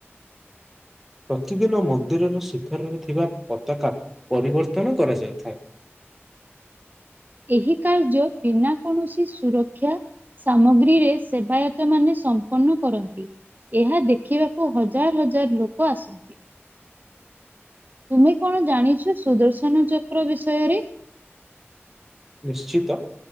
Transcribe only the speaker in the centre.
ପ୍ରତିଦିନ ମନ୍ଦିରର ଶିଖରରେ ଥିବା ପତାକା ପରିବର୍ତ୍ତନ କରାଯାଇଥାଏ।
ନିଶ୍ଚିତ।